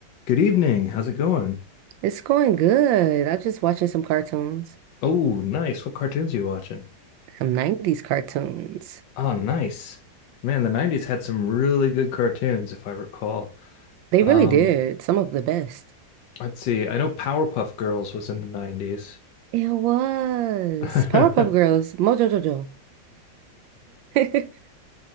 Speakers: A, on the left (about 75°); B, on the right (about 85°).
A: Good evening. How's it going?
B: It's going good. I just watching some cartoons,
A: Oh, nice. What cartoons are you watching?
B: some 90s cartoons.
A: Oh, nice. Man, the 90s had some really good cartoons, if I recall.
B: They really
A: Um,
B: did some of the best.
A: let's see. I know Powerpuff Girls was in the 90s.
B: It was
A: <laughs>
B: Powerpuff Girls, Mojo Jojo. <laughs>